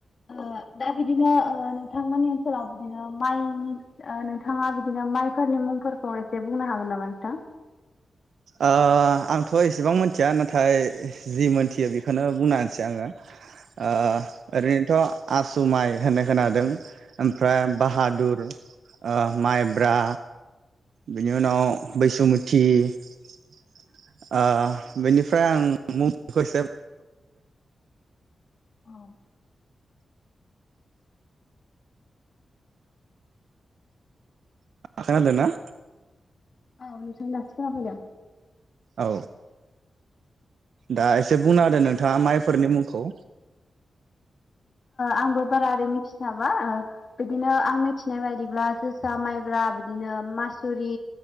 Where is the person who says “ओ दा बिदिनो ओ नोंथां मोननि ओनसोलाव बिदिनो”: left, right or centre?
Left